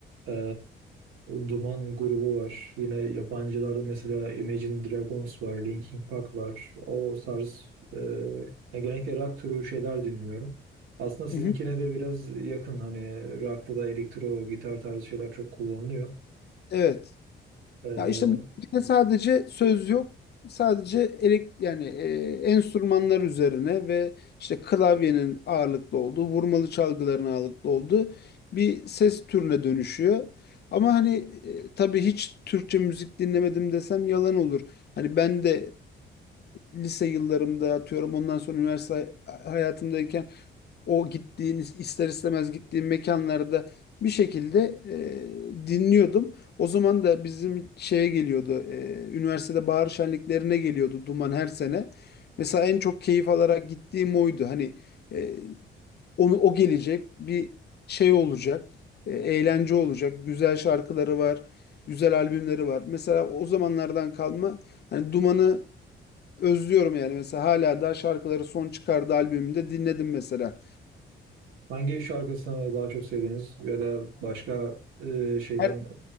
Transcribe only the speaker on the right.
e, Duman grubu var. Yine yabancılarda mesela Imagine Dragons var, Linkin Park var. O tarz e, yani genellikle rock türü şeyler dinliyorum. Aslında sizinkine
de biraz yakın hani rock'ta da elektro gitar tarzı şeyler çok kullanılıyor.
E,
hangi şarkısını daha çok sevdiniz ya da başka e, şeyden